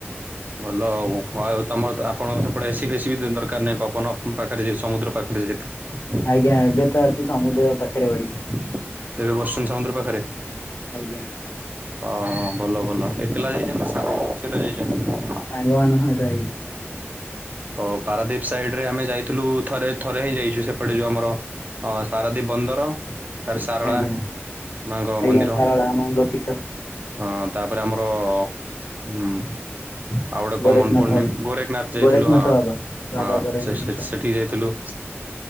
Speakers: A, on the right; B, on the left.
A: ଭଲ ଆଉ ଆଉ ତମର ତ ଆପଣଙ୍କ ସେପଟେ ଏସି ଫେସି ବି ଦି ଦରକାର ନାହିଁ ପବନ ପାଖରେ ଯେ ସମୁଦ୍ର ପାଖ୍ ଡି ଯେହେତୁ
B: ଆଜ୍ଞା ଏବେ ତ ଆସି ସମୁଦ୍ର ପାଖେରେ ବଇଚି।
A: ଏବେ ବସିଛନ୍ତି ସମୁଦ୍ର ପାଖରେ
B: ଆଜ୍ଞା
A: ଅଁ ଭଲ ଭଲ। ଏକେଲା ଯାଇଚନ୍ତି ନା ସାଙ୍ଗମାନଙ୍କ ସହିତ ଯାଇଚନ୍ତି?
B: ସାଙ୍ଗମାନଙ୍କ ସହିତ ଆଇଛି।
A: ଓ ପାରାଦ୍ଵୀପ ସାଇଡ୍ ରେ ଆମେ ଯାଇଥିଲୁ ଥରେ ଥରେ ହିଁ ଯାଇଛୁ ସେପଟେ ଯୋଉ ଆମର ହଁ ପାରାଦ୍ୱୀପ୍ ବନ୍ଦର ତାରେ ସାରଳା
B: ଆଜ୍ଞା
A: ମାଆଙ୍କ
B: ଆଜ୍ଞା
A: ମନ୍ଦିର।
B: ଶାରଳା ମାଙ୍କ ପୀଠ
A: ହଁ ତାପରେ ଆମର ଉଁ। ଆଉ ଗୋଟେ କଣ
B: ଗୋରେଖନାଥ
A: ମନପଡୁନି ଗୋରେଖନାଥ ଯାଇଥିଲୁ
B: ଗୋରେଖନାଥ
A: ହଁ
B: ବାବା ବାବା
A: ହଁ
B: ଗୋରେଖନାଥ
A: ସେ <unintelligible> ଏଠିକି ଯାଇଥିଲୁ।